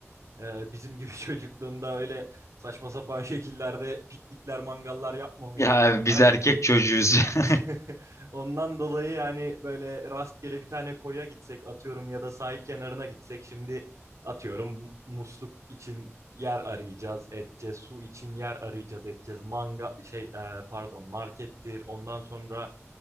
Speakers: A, on the right (about 90°); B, on the left (about 75°).
A: e, bizim gibi <laughs> çocukluğunda öyle saçma sapan şekillerde piknikler, mangallar yapmamış
B: Ya
A: insanlar.
B: biz erkek çocuğuyuz. <laughs>
A: <laughs> Ondan dolayı yani böyle rastgele bir tane koya gitsek atıyorum ya da sahil kenarına gitsek şimdi atıyorum musluk için yer arayacağız edeceğiz su için yer arayacağız edeceğiz manga şey e, pardon markettir ondan sonra